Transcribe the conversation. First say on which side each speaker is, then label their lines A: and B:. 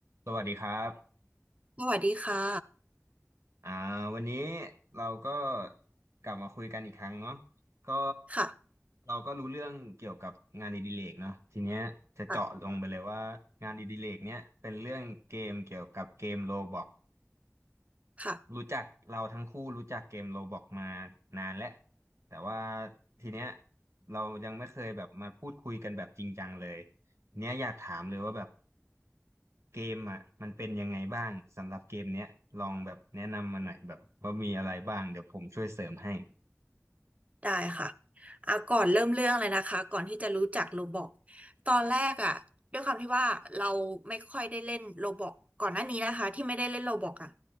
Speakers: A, on the right; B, on the right.
A: สวัสดีครับ
B: สวัสดีค่ะ
A: อ่าวันนี้เราก็กลับมาคุยกันอีกครั้งเนาะก็
B: ค่ะ
A: เราก็รู้เรื่องเกี่ยวกับงานอดิเรกเนาะทีเนี้ยจะเจาะลงไปเลยว่างานอดิเรกเนี้ยเป็นเรื่องเกมเกี่ยวกับเกมโรบล็อก
B: ค่ะค่ะ
A: รู้จักเราทั้งคู่รู้จักเกมโรบล็อกมานานแล้วแต่ว่าทีเนี้ยเรายังไม่เคยแบบมาพูดคุยกันแบบจริงจังเลยเนี้ยอยากถามเลยว่าแบบ เกมอ่ะมันเป็นยังไงบ้างสำหรับเกมเนี้ยลองแบบแนะนำมาหน่อยแบบว่ามีอะไรบ้างเดี๋ยวผมช่วยเสริมให้
B: ได้ค่ะอ่ะก่อนเริ่มเรื่องเลยนะคะก่อนที่จะรู้จักโรบล็อกตอนแรกอ่ะด้วยความที่ว่าเราไม่ค่อยได้เล่นโรบล็อกก่อนหน้านี้นะคะที่ไม่ได้เล่นโรบล็อกอ่ะ